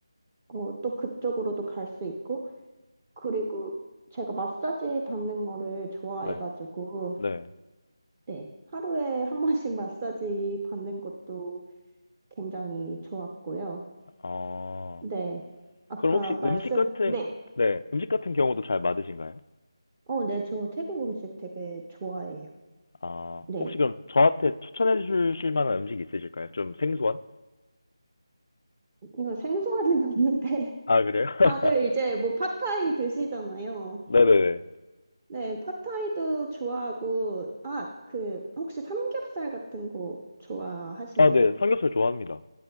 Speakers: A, on the right; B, on the left.
A: 어, 또 그쪽으로도 갈 수 있고, 그리고 제가 마사지 받는 거를 좋아해가지고,
B: 네, 네.
A: 네. 하루에 한 번씩 마사지 받는 것도 굉장히 좋았고요.
B: 아.
A: 네. 아까
B: 그럼 혹시
A: 말씀,
B: 음식 같은,
A: 네.
B: 네, 음식 같은 경우도 잘 맞으신가요?
A: 어, 네. 저 태국 음식 되게 좋아해요.
B: 아,
A: 네.
B: 혹시 그럼 저한테 추천해 주실 만한 음식 있으실까요? 좀 생소한?
A: 이거 생소하진 않는데.
B: 아, 그래요?
A: <laughs>
B: <laughs>
A: 다들 이제 뭐 팟타이 드시잖아요.
B: 네네네.
A: 네. 팟타이도 좋아하고, 아, 그, 혹시 삼겹살 같은 거 좋아하시나요?
B: 아, 네. 삼겹살 좋아합니다.